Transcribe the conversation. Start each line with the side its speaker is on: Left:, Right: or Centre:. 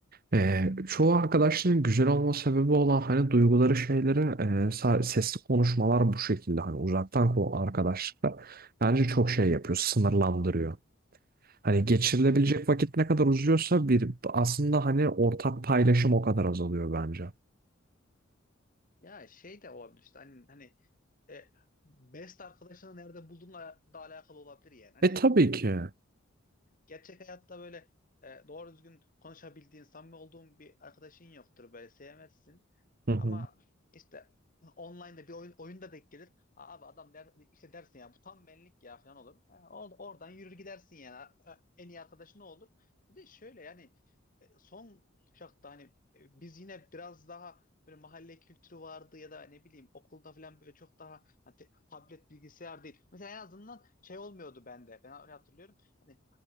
Right: e, çoğu arkadaşların güzel olma sebebi olan hani duyguları şeyleri e, sa- sesli konuşmalar bu şekilde hani uzaktan ko- arkadaşlıkta bence çok şey yapıyor, sınırlandırıyor. Hani geçirilebilecek vakit ne kadar uzuyorsa bir aslında hani ortak paylaşım o kadar azalıyor bence.
Left: Ya şey de olabilir işte hani, hani e, best arkadaşını nerede bulduğunla da alakalı olabilir yani. Hani
Right: E tabii ki. Hı
Left: Gerçek hayatta böyle e, doğru düzgün konuşabildiğin, samimi olduğun bir arkadaşın yoktur böyle sevmezsin.
Right: hı.
Left: Ama işte online'da bir oyun, oyunda denk gelir. "Aa, Abi adam der, işte dersin ya bu tam benlik ya falan olur. Ha, or- oradan yürür gidersin yani. Ha, En iyi arkadaşın ne olur? Bir de şöyle yani e, son kuşakta hani e, biz yine biraz daha böyle mahalle kültürü vardı ya da ne bileyim okulda falan böyle çok daha hani te- tablet bilgisayar değil. Mesela en azından şey olmuyordu bende. Ben öyle hatırlıyorum. Hani